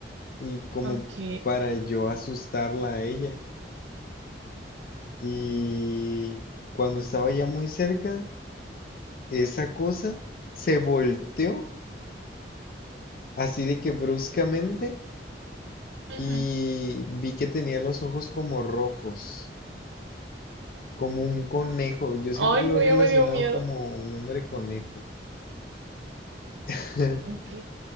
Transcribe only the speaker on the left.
y como
para yo asustarla a ella. Y cuando estaba ya muy cerca, esa cosa se volteó así de que bruscamente
y vi que tenía los ojos como rojos. Como un conejo, yo siempre
lo
he relacionado
como un hombre conejo. <laughs>